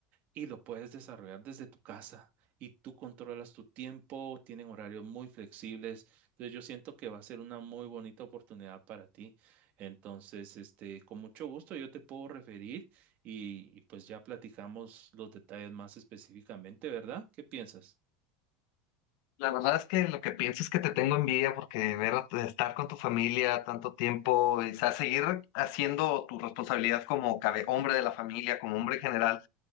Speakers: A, on the right; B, on the left.
A: y lo puedes desarrollar desde tu casa y tú controlas tu tiempo, tienen horarios muy flexibles. Entonces yo siento que va a ser una muy bonita oportunidad para ti. Entonces, este, con mucho gusto yo te puedo referir y, y pues ya platicamos los detalles más específicamente, ¿verdad? ¿Qué piensas?
B: La verdad es que lo que pienso es que te tengo envidia porque ver a- estar con tu familia tanto tiempo, y, o sea, seguir haciendo tu responsabilidad como cabe, hombre de la familia, como hombre en general,